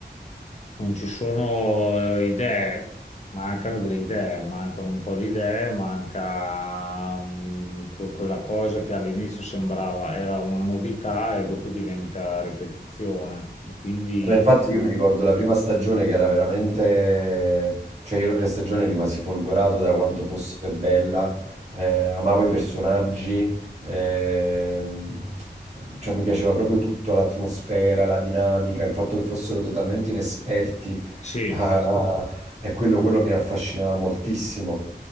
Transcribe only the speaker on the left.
non ci sono eh, idee, mancano delle idee, mancano un po' di idee, manca mh, que- quella cosa che all'inizio sembrava era una novità e dopo diventa ripetizione. E quindi.
Sì,